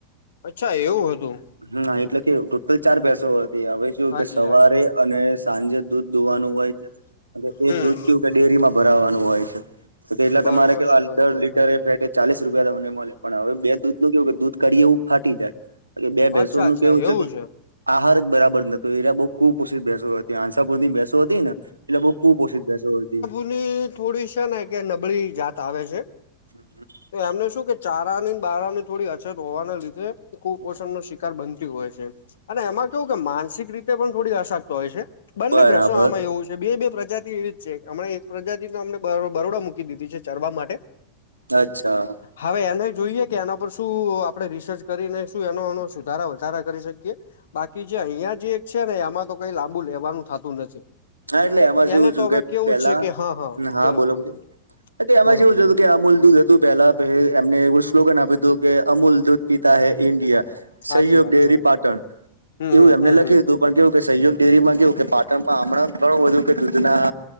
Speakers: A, on the left (about 60°); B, on the right (about 80°).
A: અચ્છા એવું હતું.
B: હા, એટલે કે ટોટલ ચાર બેસો હતી હવે જો
A: હાજી
B: કે સવારે
A: હાજી
B: અને સાંજે દૂધ દુવાનું હોય છે, અને
A: હમ
B: એક દૂધ કેવું કે ડેરીમાં ભરાવાનું હોય છે. તો એટલા
A: બરોબર
B: તમારે કેવાયે
A: છે બરોબર
B: દર લીટર
A: છે
B: પેકેટ ચાલીસ રૂપિયા તમને મળે, પણ હવે બે દૂધ નું કેવું કે દૂધ કઢીએ એવું ફાટી જાય. અને બે
A: અચ્છા
B: ભેસોનું
A: અચ્છા
B: કેવું છે
A: એવું
B: કે આહારજ બરાબર નહતો, એરા બહુ કુપોષિત બેસો હતી, હાસાપુર ની બેસો હતી ને. એટલે બહુ કુપપોષિત બેસો હતી.
A: ની થોડી સેને કે નબળી જાત આવે છે.
B: <inaudible>
A: તો એમને શું કે ચારાની બારાની થોડી અછત હોવાના લીધે, કુપોષણનો શિકાર બનતી હોય છે. અને એમાં કેવું કે માનસિક રીતે પણ થોડી અશક્ત હોય છે, બંને
B: બરાબર
A: ભેંસો આમાં એવું છે, બે બે પ્રજાતિ એવીજ છે, હમણા એક પ્રજાતિ અમને બરો બરોડા મૂકી દીધી છે, ચરવા માટે
B: અચ્છા.
A: હવે એને જોઈએ કે એના પર શું આપણેે રિસર્ચ કરીને શું એનો નો સુધારા વધારા કરી શકીએ. બાકી જે અહિયાં જે એક છેને, એમાં તો કઈ લાંબુ લેવાનું થતું નથી.
B: હા, એટલે એમાં
A: એને
B: જેવું થું
A: તો હવે
B: કે
A: કેવું
B: પેલા,
A: છે કે હા
B: હા
A: બરોબર
B: બોલો બોલો એમાં
A: બરોબર
B: જેવું હતું
A: બ
B: કે આમૂલ દૂધ તુ પેલા એમને એવું સ્લોગન આપ્યું હતું, કે અમૂલ દૂધ પીતા હે ઇન્ડિયા.
A: સાચી
B: સહયોગ
A: વાત
B: ડેરી
A: છે
B: પાટણ,
A: હમ
B: એવું
A: હમ
B: એમને
A: હમ
B: લખ્યું
A: હમ
B: હતું. પણ કેવુંકે, સહયોગ ડેરીમાં કેવુંકે, પાટણમાં હમણાં ઘણું બધું કે દૂધના